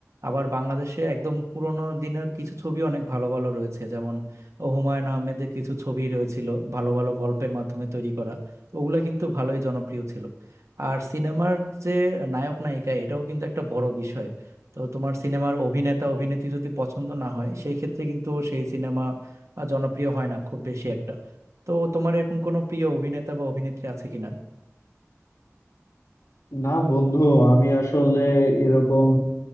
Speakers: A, on the right; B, on the left.
A: আবার বাংলাদেশে একদম পুরোনো দিনের কিছু ছবি অনেক ভালো ভালো রয়েছে যেমন হুমায়ুন আহমেদের কিছু ছবি রয়েছিল ভালো ভালো গল্পের মাধ্যমে তৈরি করা তো ওগুলো কিন্তু ভালোই জনপ্রিয় ছিল আর সিনেমার যে নায়ক নায়িকা এটাও কিন্তু একটা বড় বিষয় তো তোমার সিনেমার অভিনেতা অভিনেত্রী যদি পছন্দ না হয় সেই ক্ষেত্রে কিন্তু সেই সিনেমা বা জনপ্রিয় হয় না খুব বেশি একটা তো তোমার এরকম কোনো প্রিয় অভিনেতা বা অভিনেত্রী আছে কিনা
B: না বন্ধু আমি আসলে এরকম